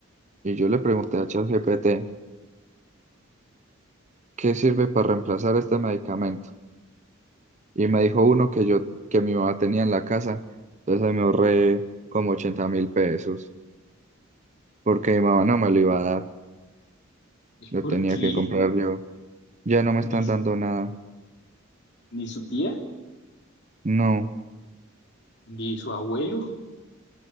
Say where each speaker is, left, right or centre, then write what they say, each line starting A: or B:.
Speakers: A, on the right; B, on the left.
A: y yo le pregunté a ChatGPT, ¿qué sirve para reemplazar este medicamento? Y me dijo uno que yo, que mi mamá tenía en la casa, entonces ahí me ahorré como ochenta mil pesos porque mi mamá no me lo iba a dar,
B: ¿Y
A: lo
B: por
A: tenía
B: qué?
A: que comprar yo. Ya no me están
B: Ni
A: dando nada,
B: ni su tía,
A: no.
B: ni su abuelo.